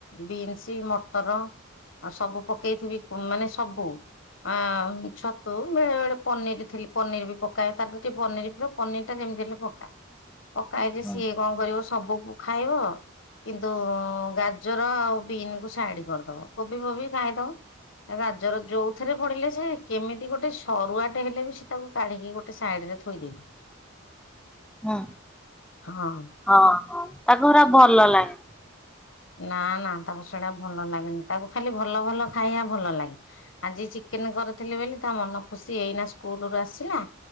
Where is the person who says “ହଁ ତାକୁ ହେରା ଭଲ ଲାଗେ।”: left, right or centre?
Centre